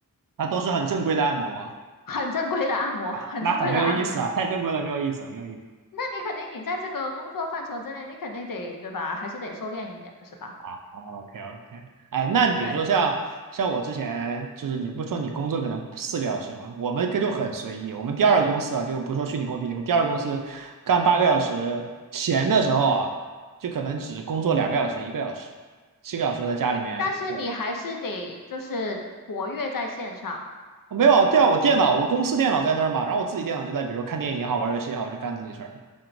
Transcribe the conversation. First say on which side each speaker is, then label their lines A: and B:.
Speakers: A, on the right (about 70°); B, on the left (about 70°).
A: 那都是很正规的按摩吗？
B: 很正规的按摩，
A: 哎，
B: 很正规的按摩。
A: 那很没有意思啊，太正规了，没有意思，没有意思。
B: 那你肯定你在这个工作范畴之内，你肯定得，对吧？还是得收敛一点的，是吧？
A: 啊，OK OK，哎，那你比如说像像我之前就是你不说你工作可能四个小时吗？
B: 对，
A: 我们这就很随意，
B: 嗯。
A: 我们第二个公司啊，就不说虚拟货币那们第二个公司干八个小时，闲的时候啊，就可能只工作两个小时、一个小时，七个小时在家里面，
B: 但是你还是得就是活跃在线上。
A: 对吧？哦没有啊，对啊，我电脑我公司电脑在那儿嘛，然后我自己电脑就在，比如说看电影也好，玩游戏也好，就干自己事儿。